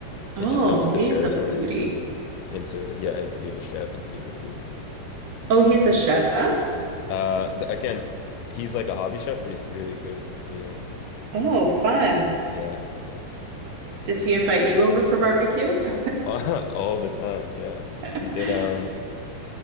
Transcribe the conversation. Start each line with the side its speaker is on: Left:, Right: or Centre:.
Left: it
Right: Oh,
Left: just comes with
Right: he's
Left: the territory
Right: a foodie.
Left: of being into yeah, into being a chef, into being a foodie.
Right: Oh, he's a chef?
Left: Uh th- again, he's like a hobby chef, but he's really good, you know.
Right: Oh, fun.
Left: Yeah, yeah.
Right: Does he invite you over for barbecues?
Left: <laughs> All the time, yeah. We
Right: <laughs>
Left: did um